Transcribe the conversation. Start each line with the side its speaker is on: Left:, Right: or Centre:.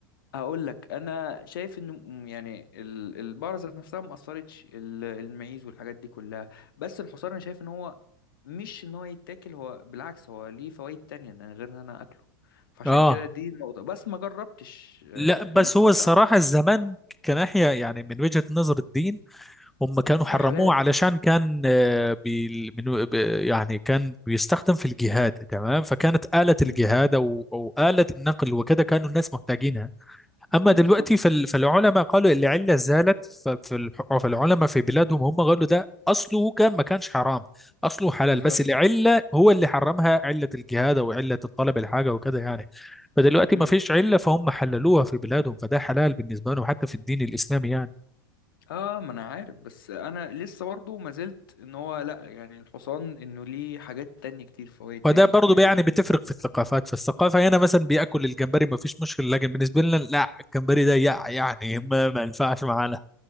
Left: هقول لك انا شايف انه م- يعني ال- البقرة ذات نفسها ما اثرتش ال- المعيز والحاجات دي كلها بس الحصان انا شايف ان هو مش ان هو يتاكل هو بالعكس هو ليه فوائد تانية إن غير ان انا اكله فعشان
Centre: اه
Left: كده دي النقطة بس ما جربتش آه،
Centre: لا بس
Left: اللحمة
Centre: هو الصراحة
Left: بتاعته
Centre: الزمان كناحية يعني من وجهة نظر الدين هم كانوا حرموه
Left: يا حلال
Centre: علشان كان آه، بي من ب- يعني كان بيستخدم في الجهاد تمام فكانت آلة
Left: مم.
Centre: الجهاد أو أو آلة النقل وكذا كانوا الناس محتاجينها اما
Left: بالظبط
Centre: دلوقتي فال- فالعلماء قالوا العله زالت ف- فال- فالعلماء في بلادهم هم قالوا ده اصله كان ما كانش حرام اصله حلال
Left: بالظبط
Centre: بس العله هو اللي حرمها عله الجهاد او عله الطلب الحاجه وكده يعني فدلوقتي
Left: مم.
Centre: ما فيش عله فهم حللوها في بلادهم فده حلال بالنسبه لهم حتى في الدين الاسلامي يعني
Left: اه ما انا عارف بس انا لسه برضه ما زلت ان هو لا يعني الحصان انه ليه حاجات تانية كتير فوائد تانية
Centre: فده برضه
Left: كتير
Centre: يعني
Left: انه
Centre: بتفرق
Left: يتاكل
Centre: في الثقافات فالثقافه هنا مثلا بياكل الجمبري ما فيش مشكله لكن بالنسبه لنا لا الجمبري ده يع- يعني <laughs> ما ما ينفعش معانا